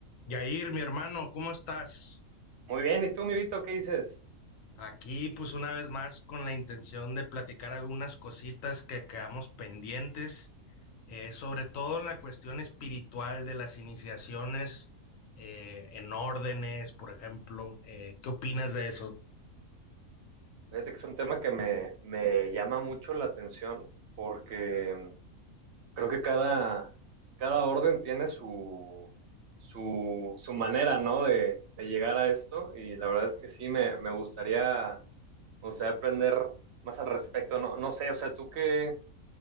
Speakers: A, on the left (about 70°); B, on the right (about 60°).
A: Yair, mi hermano, ¿cómo estás?
B: Muy bien, ¿y tú, mi Vito, qué dices?
A: Aquí, pues una vez más, con la intención de platicar algunas cositas que quedamos pendientes, eh, sobre todo en la cuestión espiritual de las iniciaciones eh, en órdenes, por ejemplo. Eh, ¿qué opinas de eso?
B: Fíjate que es un tema que me, me llama mucho la atención porque creo que cada, cada orden tiene su, su, su manera, ¿no? de, de llegar a esto y la verdad es que sí, me, me gustaría, me gustaría aprender más al respecto, ¿no? No sé, o sea, ¿tú qué